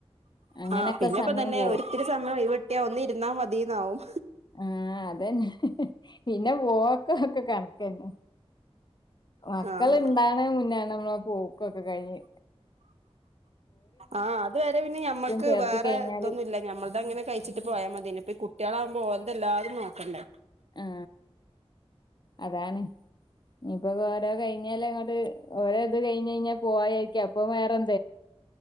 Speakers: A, on the left (about 45°); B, on the right (about 80°).
A: അങ്ങനൊക്കെ
B: ആ പിന്നെപ്പോ
A: സമയം
B: തന്നെ
A: പോവും.
B: ഒരിത്തിരി സമയം ഒയ്‌വ്ട്ടിയ ഒന്നിര്ന്നാ മതീന്നാവും
A: ആ അതെന്നെ പിന്നെ പോക്ക ഒക്കെ കണക്കന്നെ മക്കള്
B: ആഹ്
A: ണ്ടാണെ മുന്നെ നമ്മള് പോക്കൊക്കെ കഴിഞ്ഞി
B: ആ അത് വരെ പിന്നെ ഞമ്മക്ക്
A: ചേർത്തി
B: വേറെ
A: കഴിഞ്ഞാല്
B: തൊന്നുല്ല ഞമ്മൾ തങ്ങനെ കഴിച്ചിട്ട് പോയാ മതിയെൻ കുട്ടിയേളാവുമ്പോ ഓൽതെല്ലാതും നോക്കണ്ടേ
A: ആ അതാണ് ഞിപ്പൊ കോരോ കഴിഞ്ഞാല അങ്ങട്ട് ഓലത് കയ്ഞ്ഞെയ്ഞ്ഞ പോവാ യാരിക്ക അപ്പൊ വേറെൻ